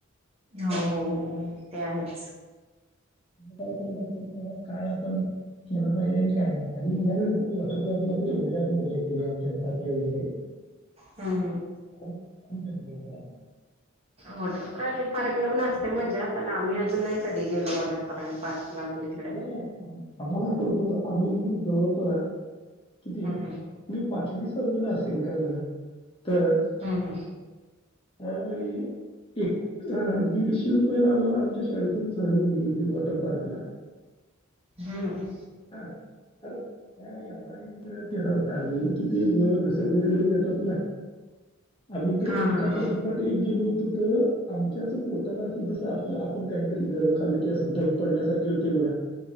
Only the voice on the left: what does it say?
काय समजत नाही नेमकं काय आपण केलं पाहिजे आणि काय आणि यावेळेस वॉटर पार्क ला तर एवढं. हे आम्ही मज्जा केली आमच्या घरातले वगैरे.
खूप खूप आहेत लोकं
नाही नाही आम्हाला आठवतंय आम्ही पळतोय. किती
मी पाचवी सहावी असेन काय बरं तर
सगळी एक दिडशे रुपयेला आम्हाला आमच्या शाळे शाळेतून सहल नेली होती वॉटर पार्कला.
हां, तर एवढा एन्जॉय केला होता आम्ही किती वर घसरगुंदवरून येतात ना आम्ही तर
एका
पाठोपाठ एक गेलो होतो तर आमच्या पोटाला अस जस आपलं आपण काहीतरी गरम खाल्ल कि अस धग पडल्यासारखे होते बघा.